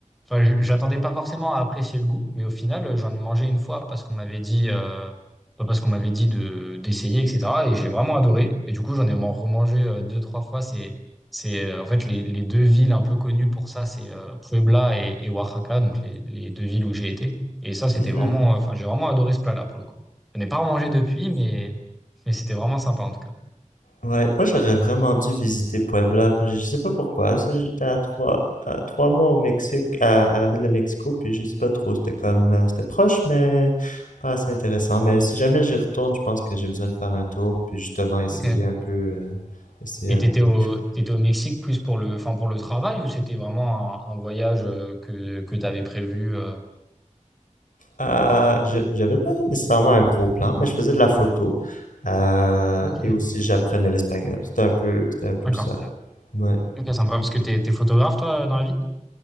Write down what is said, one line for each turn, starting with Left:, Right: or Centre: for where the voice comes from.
Centre: Enfin, je- j'attendais pas forcément à apprécier le goût, mais au final, euh, j'en ai mangé une fois parce qu'on m'avait dit, euh, bah, parce qu'on m'avait dit de d'essayer, etc. Et j'ai vraiment adoré. Et du coup, j'en ai man- remangé euh, deux, trois fois. C'est, c'est euh, en fait les, les deux villes un peu connues pour ça, c'est euh, Puebla et, et Oaxaca, donc les, les deux villes où j'ai été. Et ça, c'était
Left: Mhm.
Centre: vraiment, euh, enfin, j'ai vraiment adoré ce plat-là pour le coup. Je n'ai pas remangé depuis, mais mais c'était vraiment sympa en tout cas.
Left: Ouais, moi j'aurais vraiment dû visiter Puebla, puis je sais pas pourquoi. c'est- J'étais à trois, à trois mois au Mexique, à, à la ville de Mexico, puis je sais pas trop. C'était comme, euh, c'était proche, mais pas assez intéressant. Mais si jamais j'y retourne, je pense que j'ai besoin de faire un tour, puis justement essayer
Centre: Ok.
Left: un peu, euh, essayer
Centre: Et
Left: un
Centre: t'étais
Left: peu.
Centre: au, t'étais au Mexique plus pour le, enfin pour le travail ou c'était vraiment un, un voyage euh, que, que t'avais prévu euh
Left: Euh, je- j'avais pas nécessairement un gros plan, mais je faisais de la photo. Euh,
Centre: Ok,
Left: et aussi, j'apprenais l'espagnol. C'était un peu, c'était un peu
Centre: d'accord.
Left: ça. Ouais.
Centre: Ok, sympa. Parce que t'es, t'es photographe, toi, dans la vie?